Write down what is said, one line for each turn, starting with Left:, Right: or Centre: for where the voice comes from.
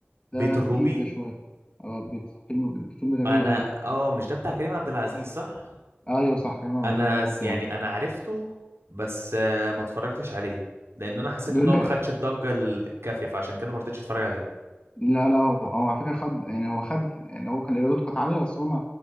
Right: بيت
Left: ده
Right: الروبي
Left: جديد ده شويه اه بيت فيلم فيلم جميل
Right: انا
Left: قوي
Right: اه مش ده بتاع كريم عبد العزيز صح
Left: ايوه صح كريم عبد
Right: انا
Left: العزيز هو
Right: ز-
Left: بتاعته
Right: يعني انا عرفته بس آه، ما اتفرجتش عليه لان انا حسيت
Left: بيقول
Right: ان هو ما خدش الضجة ال- الكافية فعشان كده ما رضيتش اتفرج عليه
Left: لا لا هو هو على فكرة خد يعني هو خد يعني هو كان ايراداته كانت عالية بس هو ما